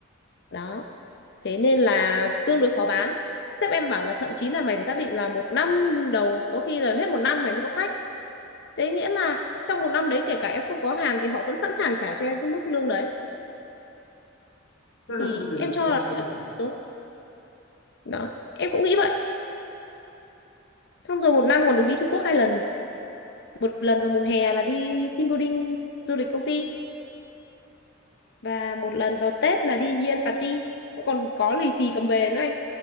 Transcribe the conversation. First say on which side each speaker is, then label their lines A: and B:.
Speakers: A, on the left (about 60°); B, on the left (about 90°).
A: đó thế nên là tương đối khó bán sếp em bảo là thậm chí là mày phải xác định là một năm đầu có khi là hết một năm mày mới có khách thế nghĩa là trong một năm đấy kể cả em không có hàng thì họ vẫn sẵn sàng trả cho em cái mức lương đấy
B: thế
A: thì
B: là cũng được
A: em cho
B: thế
A: là
B: là
A: đây
B: cũng
A: là
B: được
A: công ty tốt đó em cũng nghĩ vậy xong rồi một năm còn được đi Trung Quốc hai lần một lần vào mùa hè là đi team building du lịch công ty và một lần vào Tết là đi Yen party còn có lì xì cầm về nữa anh